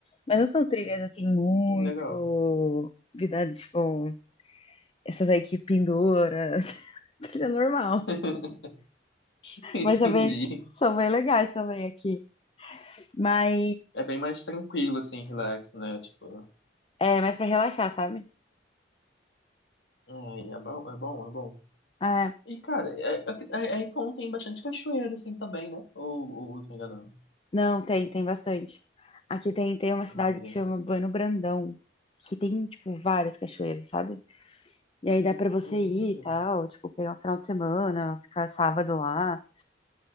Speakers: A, on the left; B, on the left.
A: Mas não são trilhas, assim, muito...
B: hum, legal.
A: Vida, tipo, essas aí que pendura, <laughs> trilha normal.
B: <laughs> Entendi.
A: Mas também são bem legais também aqui. Mas
B: É bem mais tranquilo, assim, relax, né? Tipo.
A: é mais pra relaxar, sabe?
B: Ai, é bom, é bom, é bom.
A: Ah,
B: E, cara, é, é, é, é, então tem bastante cachoeira, assim, também, né? Ou, ou eu tô enganando?
A: Não, tem, tem bastante. Aqui tem, tem uma
B: Ah,
A: cidade
B: é.
A: que chama Bueno Brandão, que tem, tipo, várias cachoeiras, sabe? E aí dá pra você
B: Hum,
A: ir e tal, tipo, pegar um final de semana, ficar sábado lá.